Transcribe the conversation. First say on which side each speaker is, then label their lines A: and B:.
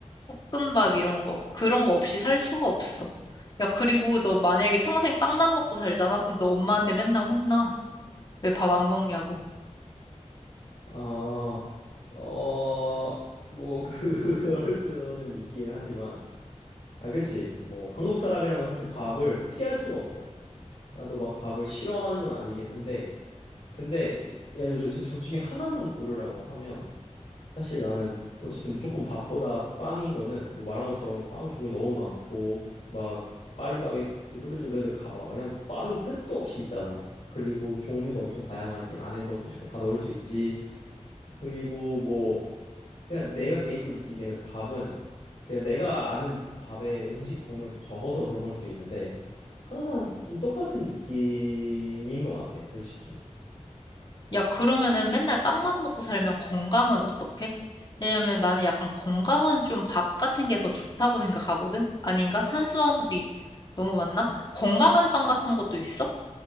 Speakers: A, on the left; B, on the left.
A: 볶음밥 이런 거. 그런 거 없이 살 수가 없어. 야, 그리고 너 만약에 평생 빵만 먹고 살잖아? 그럼 너 엄마한테 맨날 혼나. 왜 밥 안 먹냐고.
B: 어, 어, 뭐, 그, <laughs> 그럴 수는 있긴 하지만. 아, 그치. 뭐, 한국 사람이라면 사실 밥을 피할 수가 없어. 나도 막 밥을 싫어하는 건 아니긴 한데. 근데, 야, 요즘 둘 중에 하나만 고르라고 하면 사실 나는 어쨌든 무조건 밥보다 빵인 거는 뭐 말한 것처럼 빵 종류 너무 많고 막 파리바게트, 뚜레쥬르 이런 데 가봐. 그냥 빵이 끝도 없이 있잖아. 그리고 종류도 엄청 다양하지. 안에 넣고 싶은 거 다 넣을 수 있지. 그리고 뭐 그냥 내가 개인적으로 느끼기에는 밥은 그냥 내가 아는 밥의 음식 종류가 좀 적어서 그런 걸 수도 있는데 항상 좀 똑같은 느낌인 것 같아, 솔직히.
A: 야, 그러면은 맨날 빵만 먹고 살면 건강은 어떡해? 왜냐면 나는 약간 건강은 좀 밥 같은 게 더 좋다고 생각하거든? 아닌가? 탄수화물이 너무 많나? 건강한 빵 같은 것도 있어?